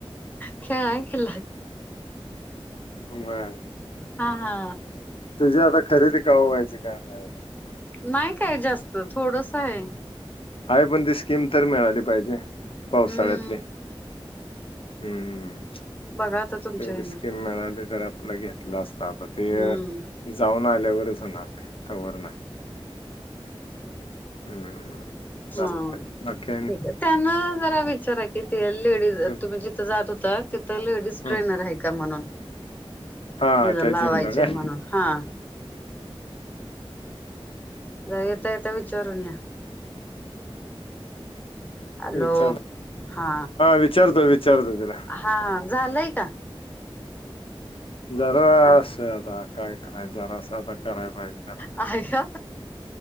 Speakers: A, on the left; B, on the left.
A: खेळाय खल्लाय
B: ब
A: हा हा
B: तुझी आता खरेदी क व्हायची काय म्या
A: नाही काय जास्त थोडस आहे
B: हाय पण ती स्कीम तर मिळाली पाहिजे
A: हम्म
B: पावसाळ्यात हम्म
A: बघा आता तुमच्या
B: तेवढी
A: हेन
B: स्कीिम मिळाली तर आपला घेतला असत आता
A: हम्म
B: ते जाऊन आल्यावरच होणार ते तवर नाही हम्म
A: हा
B: चालते
A: ठीक त्यांना जरा विचारा कि ते लेडीज
B: चल
A: तुम्ही जिथं जात होता तर लेडीज
B: हम्म
A: ट्रेनर आहे का म्हणून
B: हा
A: हिला
B: त्या
A: लावायचंय
B: जिमला काय
A: म्हणून हा येता येत विचारून या हॅलो
B: विचार
A: हा
B: विचारतो विचारतो तिला
A: हा झालंय का
B: जरास
A: अ
B: आता काय करायचं जरास आता कराय पाहिजे त्याला
A: आहे का